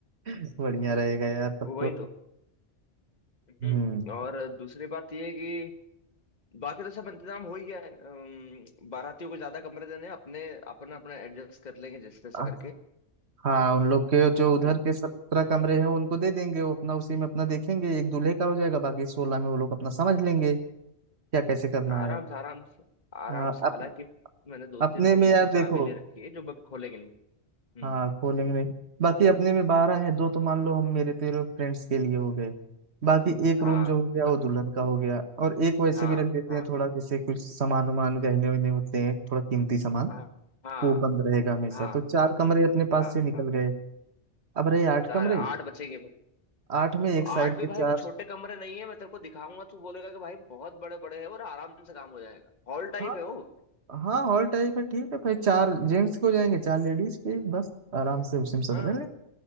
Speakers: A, on the right; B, on the left.
A: <laughs> बढ़िया रहेगा यार तब
B: वही
A: तो
B: तो हम्म,
A: हम्म
B: और दूसरी बात ये है कि बाकी तो सब इंतजाम हो ही गया है अम, बारातियों को ज्यादा कमरे देने हैं, अपने अपना अपना एडजस्ट कर लेंगे जिस तरह से
A: अ-
B: करके
A: हाँ
B: और
A: उन लोग के जो
B: अपन
A: उधर के सत्रह कमरे हैं उनको दे देंगे वो अपना उसी में अपना देखेंगे एक दूल्हे का हो जाएगा बाकी सोलह में वो लोग अपना समझ लेंगे क्या कैसे करना
B: आराम
A: है
B: से आराम से आराम
A: अ,
B: से हालांकि
A: अप,
B: मैंने दो तीन
A: अपने
B: रूम
A: में यार
B: की चाबी
A: देखो
B: ले रखी है जो मैं खोलेंगे नहीं हम्म
A: हाँ खोलेंगे नहीं बाकी अपने में बारह है दो तो मान लो हम मेरे तेरे फ्रेंड्स के लिए हो गए बाकी एक
B: हाँ
A: रूम जो हो गया
B: तो,
A: वो दुल्हन का हो गया और एक वैसे
B: हाँ
A: भी रख देते
B: हाँ
A: हैं थोड़ा जैसे कुछ सामान वामान गहने वहने होते हैं थोड़ा कीमती सामान
B: हाँ हाँ
A: वो बंद रहेगा हमेशा
B: हाँ
A: तो चार
B: हाँ
A: कमरे अपने पास
B: हाँ
A: से निकल
B: हाँ
A: गए अब रहे आठ
B: चार
A: कमरे
B: आठ बचेंगे फिर
A: आठ में एक
B: तो
A: साइड
B: आठ भी
A: के
B: भाई
A: चार
B: वो छोटे कमरे नहीं है मैं तेरे को दिखाऊंगा तू बोलेगा कि भाई बहुत बड़े बड़े हैं और आराम से काम हो जाएगा हॉल टाइप
A: हाँ
B: है वो
A: हाँ हॉल टाइप है ठीक है भाई चार जेंट्स के हो जाएंगे चार लेडीज के बस आराम से उसी में सब
B: हाँ
A: रह लें